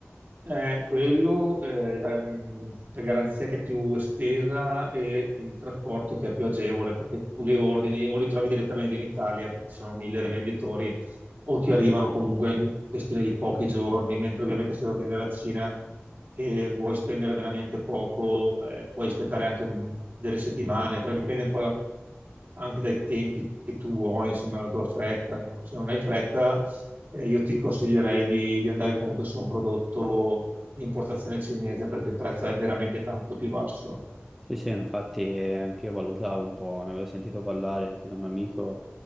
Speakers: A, on the right (about 50°); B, in the centre.
A: Eh, quello, eh, la, mh, la garanzia che è più estesa e il trasporto che è più agevole, perché tu li ordini o li trovi direttamente in Italia, perché ci sono mille rivenditori, o ti arrivano comunque in questione di pochi giorni, mentre ovviamente se ordini dalla Cina e vuoi spendere veramente poco, eh, puoi aspettare anche un- delle settimane, poi dipende un po' anche dai tempi che tu vuoi, insomma, la tua fretta. Ecco, se non hai fretta eh, io ti consiglierei di, di andare comunque su un prodotto di importazione cinese perché il prezzo è veramente tanto più basso.
B: Sì, sì, infatti eh, anche io valutavo un po', ne avevo sentito parlare anche con un amico,